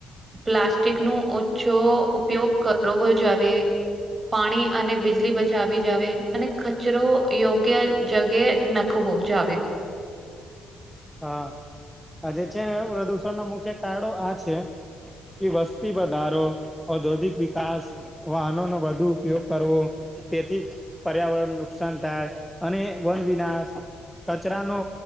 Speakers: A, on the right; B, in the centre.
A: પ્લાસ્ટિકનુ ઓછો ઉપયોગ કરવો જ આવે પાણી અને બીજલી બચાવી જાવે અને ખચરો યોગ્ય જગ્યા નખવો જાવે
B: હા આ જે છે, ને પ્રદુષણના મુખ્ય કારણો આ છે. કે વસ્તી વધારો ઔદ્યોગિક વિકાસ વાહનોનો વધુ ઉપયોગ કરવો તેથી પર્યાવરણ નુકસાન થાય અને વન વિનાશ કચરાનો